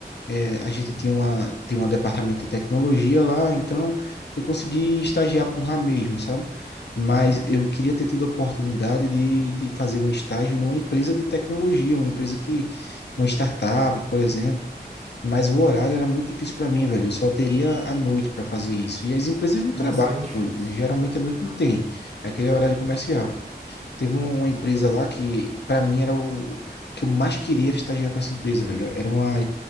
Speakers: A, on the left; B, on the right.
A: é, a gente tinha uma, tem um departamento de tecnologia lá, então eu consegui estagiar por lá mesmo, sabe? Mas eu queria ter tido a oportunidade de, de fazer um estágio numa empresa de tecnologia, uma empresa que, uma startup, por exemplo. Mas o horário era muito difícil para mim, velho. Eu só teria a noite para fazer isso. E as empresas não
B: Nossa,
A: trabalham
B: muito
A: à
B: difícil.
A: noite, né? Geralmente à noite não tem. É aquele horário comercial. Teve um, uma empresa lá que, pra mim, era o, o que eu mais queria era estagiar com essa empresa, velho. Era uma,